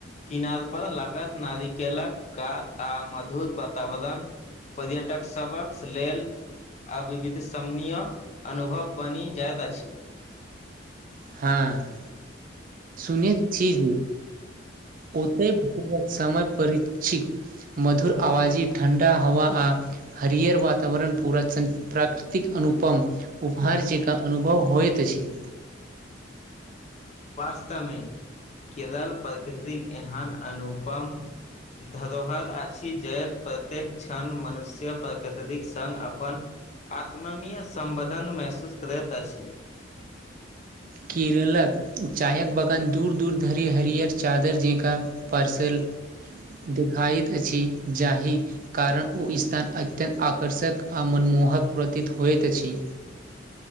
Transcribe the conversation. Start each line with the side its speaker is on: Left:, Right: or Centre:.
Left: किनार पर लागत नारिकेलक कात आ मधुर वातावरण पर्यटक सभकस लेल आ विविध शमनीय अनुभव बनि जाइत अछि
Right: हँ सुनीत छी ही ओते समय परीक्ष मधुर आवाजी ठण्डा हवा आ हरियर वातावरण पूरा प्राकृतिक अनुपम उपहार जेका अनुभव होयत अछि
Left: वास्तवमे केरल प्रकृतिक एहन अनुपम धरोहर अछि जे प्रत्येक क्षण मनुष्य प्रकृतिक संग अपन आत्ममीय समबधन महसूस करैत अछि
Right: केरेलक चायक बगान दूर दूर धरि हरियर चादर जेकाँ परसल देखाइत अछि जाहि कारण ओ स्थान अत्यन्त आकर्षक आ मनमोहक प्रतीत होइत अछि